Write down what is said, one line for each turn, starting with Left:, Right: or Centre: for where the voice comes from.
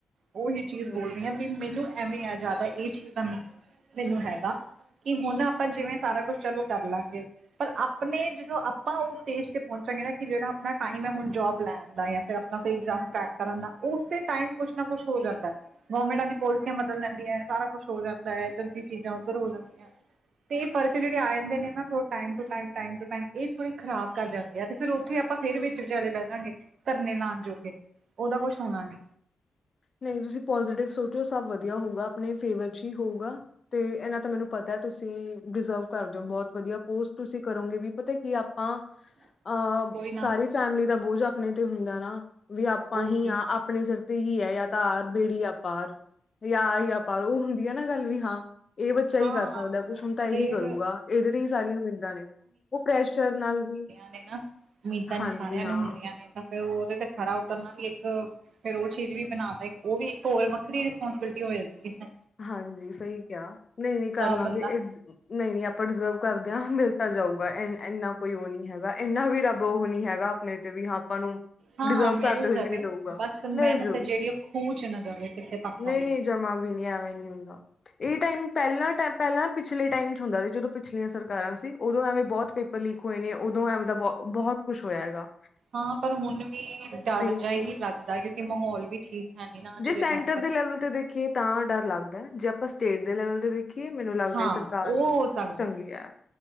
Right: ਓਹੀ ਚੀਜ਼
Left: ਹਮ।
Right: ਬੋਲ ਰਹੀ ਆਂ ਬੀ ਮੈਨੂੰ ਐਵੇਂ ਐ ਜੈਦਾ ਏਹ ਚੀਜ਼ ਦਾ ਮ ਮੈਨੂੰ ਹੈਗਾ, ਕਿ ਹੁਣ ਆਪਾਂ ਜਿਵੇਂ ਸਾਰਾ ਕੁਛ ਚਲੋ ਕਰ ਲਾਂਗੇ। ਪਰ ਆਪਣੇ ਜਦੋਂ ਆਪਾਂ ਉਹ ਸਟੇਜ ਤੇ ਪੋੰਚਾਂਗੇ ਨਾ ਕਿ ਜੇੜਾ ਅਪਣਾ ਟਾਈਮ ਹੈ ਹੁਣ ਜੋਬ ਲੈਣ ਦਾ ਯਾ ਫਿਰ ਨਾ ਫਿਰ ਇਗਜਾਮ ਕਰੈਕ ਕਰਨ ਦਾ ਓਸੇ ਟਾਈਮ ਕੁਛ ਨਾ ਕੁਛ ਹੋ ਜਾਂਦਾ। ਗਵਰਮੈਂਟਾਂ ਦੀ ਪੋਲਸੀਆਂ ਬਦਲ ਲੈਂਦੀਆ ਸਾਰਾ ਕੁਛ ਹੋ ਜਾਂਦਾ ਐ ਏਧਰ ਦੀ ਚੀਜ਼ਾਂ ਉੱਧਰ ਹੋ ਜਾਂਦੀਆਂ। ਤੇ ਫਰਕ ਜਿਹੜੇ ਆ ਜਾਂਦੇ ਨੇ ਨਾ ਥੋੜਾ time to time, time to time ਏ ਥੋੜ੍ਹੇ ਖਰਾਬ- ਕਰ ਜਾਂਦੇ ਆ ਤੇ ਫਿਰ ਉੱਥੇ ਆਪਾਂ ਫਿਰ ਵਿਚ-ਵਿਚਾਲੇ ਬਹਿ ਜਾਗੇ ਧਰਨੇ ਲਾਣ ਜੋਗੇ, ਓਦਾ ਕੁਛ ਹੋਣਾ ਨੀ।
Left: ਨਹੀਂ ਤੁਸੀਂ ਪੋਜੀਟਿਵ ਸੋਚੋ ਸਭ ਵਧੀਆ ਹੋਊਗਾ, ਅਪਣੇ ਫੇਵਰ 'ਚ ਹੀ ਹੋਊਗਾ। ਤੇ ਏਨਾਂ ਤਾਂ ਮੈਨੂੰ ਪਤਾ ਹੈ ਤੁਸੀਂ ਡਿਜ਼ਰਵ ਕਰਦੇ ਓ ਬਹੁਤ ਵਧੀਆ ਪੋਸਟ ਤੁਸੀਂ ਕਰੋਗੇ ਵੀ ਪਤਾ ਕੀ ਆਪਾਂ
Right: <inaudible>
Left: ਅਹ,
Right: ਕੋਈ ਨਾ
Left: ਸਾਰੀ ਫੈਮਿਲੀ ਦਾ ਬੋਝ ਆਪਣੇ ਤੇ ਹੁੰਦਾ ਨਾ ਵੀ ਆਪਾਂ
Right: ਉਹ
Left: ਹੀ
Right: ਕੀ
Left: ਹਾਂ ਆਪਣੇ ਸਿਰ ਤੇ ਹੀ ਹੈ ਜਾਂ ਤਾਂ ਆਰ ਬੇੜੀ ਯਾ ਪਾਰ, ਯਾ ਆਰ ਯਾ ਪਾਰ ਉਹ ਹੁੰਦੀ ਹੈ ਨਾ ਗੱਲ ਵੀ ਹਾਂ ਇਹ ਬੱਚਾ
Right: ਹਾਂ
Left: ਹੀ ਕਰ ਸਕਦਾ ਕੁਛ ਹੁਣ ਤਾਂ ਇਹੀ
Right: ਫੇਰ
Left: ਕਰੂਗਾ ਇਹਦੇ ਤੇ ਹੀ ਸਾਰੀਆਂ ਉਮੀਦਾਂ ਨੇ, ਉਹ ਪ੍ਰੈਸ਼ਰ ਨਾਲ ਵੀ
Right: ਹੈ, ਉਮੀਦਾਂ ਨੀ
Left: ਹਾਂਜੀ
Right: ਸਾਰਿਆਂ
Left: ਹਾਂ
Right: ਨੂੰ ਹੁੰਦੀਆਂ ਨੇ ਤਾਂ ਫੇਰ ਉਹਦੇ ਤੇ ਖੜਾ ਉਤਰਨਾ ਵੀ ਇੱਕ ਫੇਰ ਉਹ ਚੀਜ਼ ਵੀ ਬਣਾ ਲਈ ਉਹ ਵੀ ਇੱਕ ਹੋਰ ਵੱਖਰੀ ਰਿਸਪੋਂਸੀਬਿਲਿਟੀ ਹੋ ਜਾਂਦੀ ਏ।
Left: ਹਾਂਜੀ ਸਹੀ ਕਿਹਾ, ਨਹੀਂ-ਨਹੀਂ ਕਰ
Right: ਤਾਂ
Left: ਲਾਂਗੇ-
Right: ਬੰਦਾ
Left: ਨਹੀਂ-ਨਹੀਂ ਆਪਾਂ ਡਿਜ਼ਰਵ ਕਰਦੇ ਹਾਂ ਮਿਲ ਤਾਂ ਜਾਊਗਾ ਇ ਇੰਨਾ ਕੋਈ ਉਹ ਨਹੀਂ ਹੈਗਾ ਇੰਨਾ ਵੀ ਰੱਬ ਉਹ ਨਹੀਂ ਹੈਗਾ। ਆਪਣੇ ਤੇ ਵੀ ਹਾਂ ਆਪਾਂ ਨੂੰ
Right: ਹਾਂ
Left: ਡਿਜ਼ਰਵ
Right: ਮਿਲ
Left: ਕਰਦੇ ਹੋਏ
Right: ਜਾਵੇ,
Left: ਵੀ ਨੀ ਦਊਗਾ
Right: ਬਸ ਮਿਹਨਤ
Left: ਮਿਲ
Right: ਜਿਹੜੀ ਉਹ ਖੂਹ 'ਚ ਨਾ ਜਾਵੇ। ਕਿਸੇ ਪਾਸੋਂ
Left: ਨਹੀਂ-ਨਹੀਂ
Right: ਵੀ।
Left: ਜਮਾ ਵੀ ਨਹੀਂ ਐਵੇਂ ਨੀ ਹੁੰਦਾ। ਇਹ ਟਾਈਮ ਪਹਿਲਾਂ ਪਹਿਲਾਂ ਪਿਛਲੇ ਟਾਈਮ 'ਚ ਹੁੰਦਾ ਸੀ ਜਦੋਂ ਪਿਛਲੀਆਂ ਸਰਕਾਰਾਂ ਸੀ ਉਦੋਂ ਐਵੇਂ ਬਹੁਤ- ਉਪਰਲੀ ਕੋਈ ਨੀ ਉਦੋਂ ਐਮੇ ਦਾ ਬਹੁਤ ਬਹੁਤ ਕੁਛ ਹੋਇਆ ਗਾ।
Right: ਹਾਂ ਪਰ ਹੁਣ ਵੀ ਡਰ
Left: ਨੀ
Right: ਜਾ
Left: ਸੀ
Right: ਹੀ ਲੱਗਦਾ ਕਿਉਂਕਿ ਮਾਹੌਲ ਵੀ ਠੀਕ ਹੈ ਨੀ ਨਾ ਅੱਜ
Left: ਜੇ
Right: ਦੇ
Left: ਸੈਂਟਰ
Right: ਟੈਮ
Left: ਦੇ ਲੈਵਲ ਤੇ ਦੇਖੀਏ ਤਾਂ ਡਰ ਲੱਗਦਾ ਜੇ ਆਪਾਂ ਸਟੇਟ ਦੇ ਲੈਵਲ ਤੇ ਦੇ ਕੀ ਮੈਨੂੰ ਲੱਗਦਾ
Right: ਹਾਂ
Left: ਇਹ ਸਰਕਾਰ,
Right: ਉਹ ਹੋ ਸਕਦਾ
Left: ਚੰਗੀ ਐ।